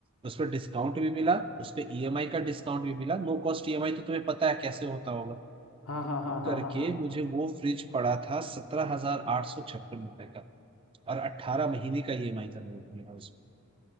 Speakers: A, on the right (about 25°); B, on the left (about 85°).
A: उस पर डिस्काउंट भी मिला उस पर ईएमआई का डिस्काउंट भी मिला नो कॉस्ट ईएमआई तो तुम्हें पता है कैसे होता होगा
B: हाँ
A: तो
B: हाँ हाँ हाँ हाँ
A: करके
B: हाँ हाँ
A: मुझे वो फ्रिज पड़ा था सत्रह हजार आठ सौ छप्पन रुपए का और अट्ठारह महीने का ईएमआई था मेरे को मिला उसमें